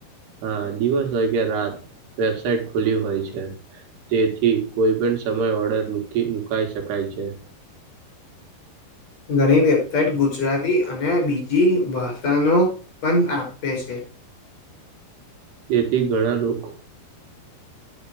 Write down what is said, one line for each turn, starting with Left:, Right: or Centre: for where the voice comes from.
Right: હા દિવસ હોય કે રાત વેબસાઇટ ખુલી હોય છે તેથી કોઈ પણ સમય ઓર્ડર મુકી મુકાઈ શકાય છે
Left: ઘણી વેબસાઇટ ગુજરાતી અને બીજી ભાષાનો પણ આપે છે
Right: તેથી ઘણા લોકો